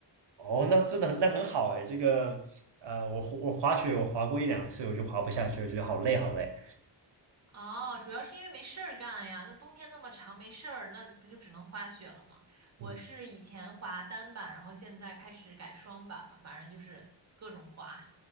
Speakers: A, on the right; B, on the right.
A: 哦，那真的很那很好哎，这个呃，我我滑雪我滑过一两次，我就滑不下去，我觉得好累好累。
B: 哦，主要是因为没事儿干呀。那冬天那么长，没事儿，那不就只能滑雪了吗？我是以前滑单板，
A: 嗯，
B: 然后现在开始改双板了，反正就是各种滑。